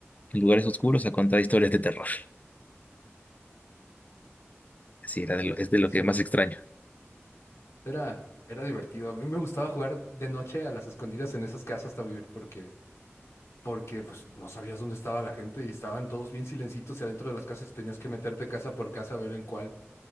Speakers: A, on the left; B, on the left.
A: en lugares oscuros a contar historias de terror. Sí, era de lo- es de
B: Así,
A: lo que más extraño.
B: Era, era divertido. A mí me gustaba jugar de noche a las escondidas en esas casas también porque, porque pues no sabías dónde estaba la gente y estaban todos bien silencitos y adentro de las casas y tenías que meterte casa por casa a ver en cuál,